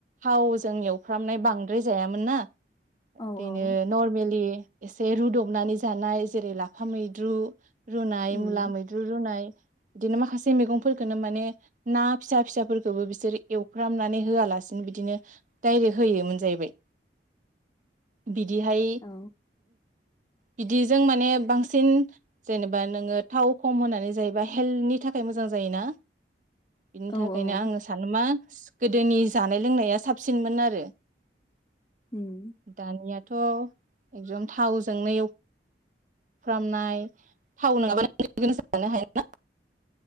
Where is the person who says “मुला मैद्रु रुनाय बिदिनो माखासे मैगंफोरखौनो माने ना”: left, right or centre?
Right